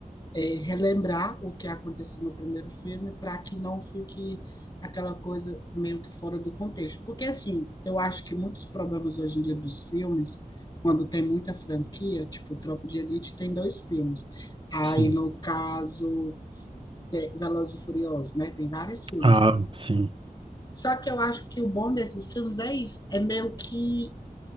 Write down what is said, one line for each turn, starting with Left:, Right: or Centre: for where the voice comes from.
Left: eh, relembrar o que aconteceu no primeiro filme, para que não fique aquela coisa meio que fora do contexto. Porque, assim, eu acho que muitos problemas hoje em dia dos filmes, quando tem muita franquia, tipo, Tropa de Elite tem dois filmes. Aí,
Right: Sim.
Left: no caso, tem Velozes e Furiosos, né? Tem vários filmes.
Right: Ah, sim.
Left: Só que eu acho que o bom desses filmes é isso, é meio que